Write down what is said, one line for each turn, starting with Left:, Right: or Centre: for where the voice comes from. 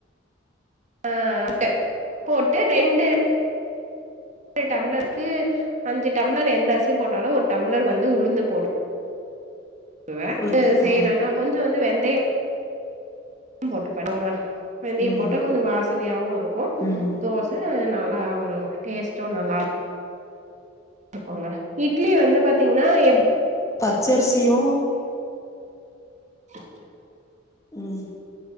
Right: ஆ <inaudible> ட்டு போட்டு ரெண்டு ஒரு டம்ளர்க்கு அஞ்சு ட ம்ளர் எந்த அரிசி போட்டாலு ஒரு டம்ளர் வந்து உளுந்து போடு வே
Left: உளுந்து
Right: <inaudible> செய்யறனா
Left: ஆ
Right: கொஞ்சோ வந்து வெந்தயோ போட்டு பண்ணுங்க வெந்தயோ
Left: ம்
Right: போட்டா கொஞ்ச வாசனயாவு இருக்கு
Left: ம்.
Right: தோச நல் லா ஒரு டேஸ்ட்டு நல்லா இருக்குங்க இட்லி வந்து பாத்தீங்ன்னா எப்
Left: ச்சர்சியு
Right: <inaudible>
Left: ம்